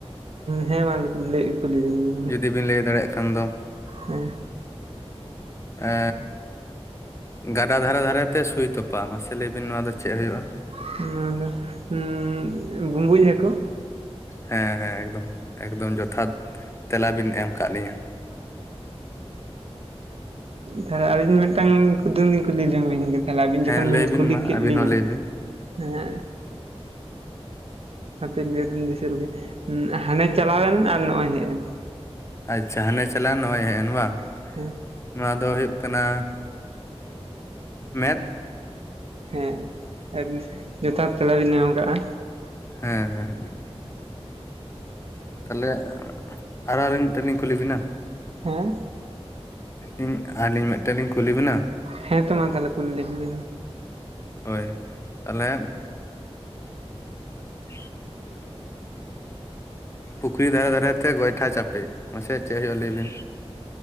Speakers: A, on the right (about 65°); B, on the left (about 25°).
A: ᱦᱮᱸ ᱦᱮᱸ ᱢᱟ ᱠᱩᱞᱤ ᱠᱩᱞᱤ ᱤᱫᱤᱧ ᱵᱤᱱ᱾
B: ᱡᱩᱫᱤ ᱵᱤᱱ ᱞᱟᱹᱭ ᱫᱟᱲᱮᱭᱟᱜ ᱠᱷᱟᱱ ᱫᱚ,
A: ᱵᱤᱱ
B: ᱮ ᱜᱟᱰᱟ ᱫᱷᱟᱨᱮ ᱫᱷᱟᱨᱮ ᱛᱮ ᱥᱩᱭ ᱛᱚᱯᱟ ᱢᱟᱥᱮ ᱞᱟᱹᱭ ᱵᱤᱱ ᱱᱚᱣᱟ ᱫᱚ ᱪᱮᱫ ᱦᱩᱭᱩᱜᱼᱟ?
A: ᱱᱚᱣᱟ ᱫᱚ, ᱦᱩᱸ ᱵᱩᱸᱵᱩᱡ ᱦᱟᱹᱠᱩ᱾
B: ᱦᱮᱸ ᱦᱮᱸ ᱮᱠᱫᱚᱢ, ᱮᱠᱫᱚᱢ ᱡᱚᱛᱷᱟᱛ ᱛᱮᱞᱟ ᱵᱤᱱ ᱮᱢ ᱟᱠᱟᱫ ᱞᱤᱧᱟ᱾
A: ᱛᱟᱦᱚᱞᱮ ᱟᱞᱤᱧ ᱢᱤᱫᱴᱟᱝ ᱠᱩᱫᱩᱢ ᱞᱤᱧ ᱠᱩᱞᱤ ᱞᱮ ᱵᱤᱱ ᱜᱮ᱾ ᱛᱟᱦᱞᱮ ᱟᱹᱵᱤᱱ
B: ᱦᱮᱸ
A: ᱡᱚᱠᱷᱚᱱ
B: ᱞᱟᱹᱭ
A: ᱵᱤᱱ ᱠᱩᱞᱤ
B: ᱢᱟ
A: ᱠᱮᱫ
B: ᱟᱹᱵᱤᱱ
A: ᱞᱤᱧᱟ,
B: ᱦᱚᱸ ᱞᱟᱹᱭ ᱵᱤᱱ
A: ᱦᱮᱸ ᱦᱟᱯᱮᱱ ᱜᱤᱱ ᱫᱤᱥᱟᱹ ᱞᱮᱜᱮ ᱦᱟᱱᱮ ᱪᱟᱞᱟᱣᱮᱱ ᱟᱨ ᱱᱚᱜᱼᱚᱭ ᱦᱮᱡ ᱮᱱ?
B: ᱟᱪᱪᱷᱟ ᱦᱟᱱᱮ ᱪᱟᱞᱟᱜᱼᱟ ᱮᱱ ᱱᱚᱜᱼᱚᱭ ᱦᱮᱡ ᱮᱱ ᱵᱟᱝ᱾
A: ᱦᱮᱸ
B: ᱱᱚᱣᱟ ᱫᱚ ᱦᱩᱭᱩᱜ ᱠᱟᱱᱟ ᱢᱮᱫ᱾
A: ᱦᱮᱸ ᱡᱚᱛᱷᱟᱛ ᱛᱮᱞᱟᱵᱤᱱ ᱮᱢ ᱟᱠᱟᱜᱼᱟ᱾
B: ᱦᱮᱸ ᱦᱮᱸ ᱛᱟᱦᱞᱮ ᱟᱨ ᱟᱨ ᱢᱤᱫᱴᱮᱱ ᱞᱤᱧ ᱠᱩᱞᱤ ᱵᱤᱱᱟ᱾
A: ᱦᱮᱸ
B: ᱤᱧ ᱟᱹᱞᱤᱧ ᱢᱤᱫᱴᱮᱱ ᱞᱤᱧ ᱠᱩᱞᱤ ᱵᱮᱱᱟ᱾
A: ᱦᱮᱸ ᱛᱳ ᱢᱟ ᱫᱮᱞᱟ ᱠᱩᱞᱤ ᱞᱤᱧ ᱵᱤᱱ᱾
B: ᱦᱳᱭ ᱛᱟᱦᱚᱞᱮ <inaudible> ᱯᱩᱠᱷᱨᱤ ᱫᱷᱟᱨᱮ ᱫᱷᱟᱨᱮ ᱫᱷᱟᱨᱮ ᱛᱮ ᱜᱚᱭᱴᱷᱟ ᱪᱟᱯᱮ ᱢᱟᱥᱮ ᱪᱮᱫ ᱦᱩᱭᱩᱜᱼᱟ ᱞᱟᱹᱭ ᱵᱤᱱ?